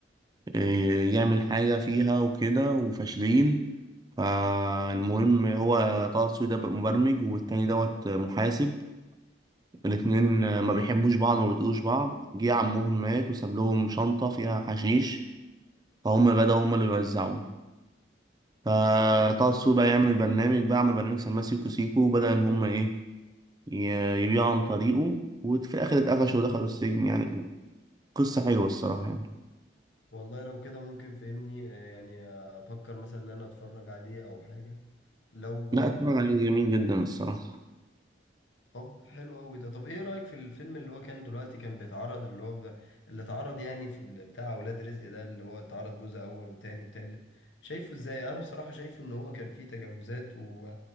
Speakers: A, on the right; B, on the left.
A: ي- يعمل حاجة فيها وكده وفاشلين فالمهم هو طه دسوقي ده مبرمج والتاني دوت محاسب الاتنين آه، ما بيحبوش بعض وما بيطيقوش بعض جه عمهم مات وساب لهم شنطة فيها حشيش فهم بدأوا هم اللي يوزعوه فطه السوق بقى يعمل برنامج بقى عمل برنامج سماه سيكو سيكو وبدأ إن هم إيه ي- يبيعوا عن طريقه وفي الآخر اتقفشوا ودخلوا السجن يعني قصة حلوة الصراحة يعني
B: والله لو كده ممكن فهمني آه، يعني افكر مثلا ان انا اتفرج عليه او حاجة لو
A: لا اتفرج عليه جميل جدا الصراحة
B: طب حلو قوي ده طب ايه رأيك في الفيلم اللي هو كان دلوقتي كان بيتعرض اللي هو ب... اللي اتعرض يعني في ال... بتاع اولاد رزق ده اللي هو اتعرض جزء اول وتاني وتالت شايفه ازاي انا بصراحة شايفه ان هو كان فيه تجاوزات و...